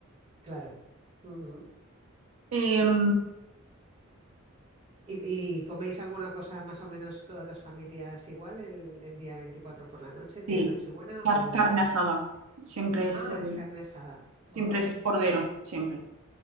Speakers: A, on the right; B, on the right.
A: Claro. Ujú.
B: Em,
A: ¿Y, y coméis alguna cosa más o menos todas las familias igual el, el día 24 por la noche, el
B: sí,
A: día de Nochebuena?
B: car-
A: O,
B: carne asada, siempre es,
A: ah,
B: eh,
A: es carne asada.
B: siempre
A: Ah,
B: es cordero, siempre.